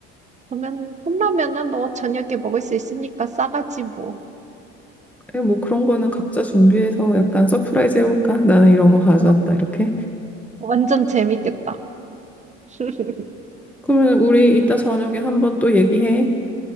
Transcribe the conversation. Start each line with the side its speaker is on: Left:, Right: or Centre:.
Right: 그러면 컵라면은 뭐 저녁에 먹을 수 있으니까 싸가지 뭐.
Centre: 그래, 뭐 그런 거는 각자 준비해서 약간 서프라이즈
Right: 음.
Centre: 해볼까? 나는 이런 거 가져왔다,
Right: 어,
Centre: 이렇게.
Right: 완전 재밌겠다. <laughs>
Centre: 그러면 우리 이따 저녁에 한번 또 얘기해.